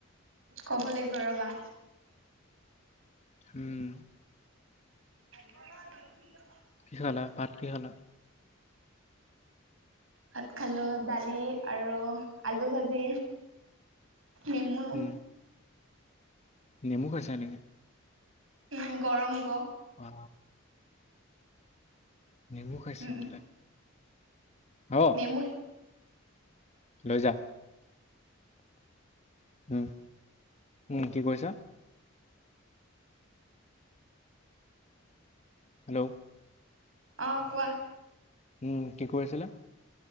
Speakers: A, on the right (about 75°); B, on the left (about 35°).
A: ক'ব লাগিব ৰ'বা।
B: উম।
A: <inaudible>
B: কি খালা ভাত কি খালা।
A: ভাত খালো দালি আৰু আলু ভাজি নেমু।
B: উম, নেমু খাইকছা নে।
A: উম গৰম গ।
B: অ। নেমু খাইছে
A: উম
B: বোলে অ।
A: নেমু
B: লৈ যা। উম উম কি কৈছা। হেল্ল'।
A: অ কোৱা।
B: উম কি কৈ আছিলা।